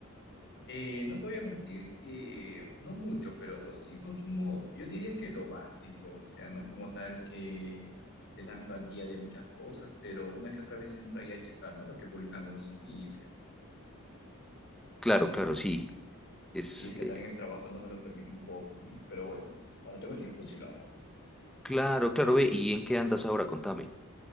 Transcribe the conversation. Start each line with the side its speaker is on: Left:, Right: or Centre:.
Left: Eh, no te voy a mentir que no mucho, pero sí consumo, yo diría que lo básico, o sea, no como tal que esté tanto al día de muchas cosas, pero una que otra vez entraría a checar, ¿no? Lo que publican algunos amigos y así.
Centre: Claro, claro, sí, es,
Left: Y es que
Centre: eh,
Left: también el trabajo no me lo permite un poco, ¿no? Pero bueno, cuando tengo tiempo sí lo hago.
Centre: claro, claro, ve, ¿y en qué andas ahora? Contame.